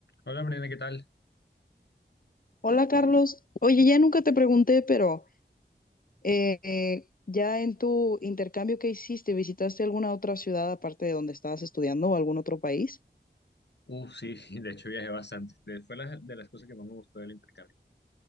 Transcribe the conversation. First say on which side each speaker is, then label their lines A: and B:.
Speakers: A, on the left; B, on the left.
A: Hola, Mariana, ¿qué tal?
B: Hola Carlos, oye, ya nunca te pregunté, pero eh, eh, ya en tu intercambio que hiciste, ¿visitaste alguna otra ciudad aparte de donde estabas estudiando o algún otro país?
A: Uf, sí, <laughs> de hecho viajé bastante. De- fue la- de las cosas que más me gustó del intercambio.